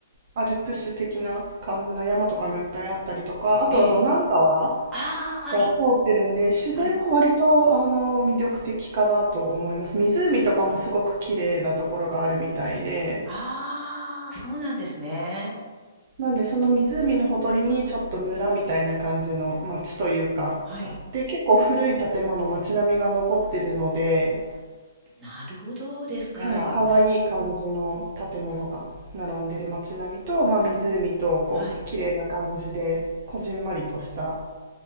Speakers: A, on the right; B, on the right.
A: アルプス的な感じの山とかもいっぱいあったりとか、あとはドナウ川
B: ええ。ああ、はい。
A: が通ってるんで、自然は割とあの魅力的かなと思います。
B: はい。
A: 湖とかもすごく綺麗なところがあるみたいで、
B: ああ、そうなんですね。
A: なんでその湖のほとりにちょっと村みたいな感じの町というかあって、
B: はい。
A: 結構古い建物、町並みが残ってるので、
B: なるほどですか。
A: はい、可愛い感じの建物が並んでる街並みと、まあ、湖とこう綺麗な感じでこじんまりとした
B: はい。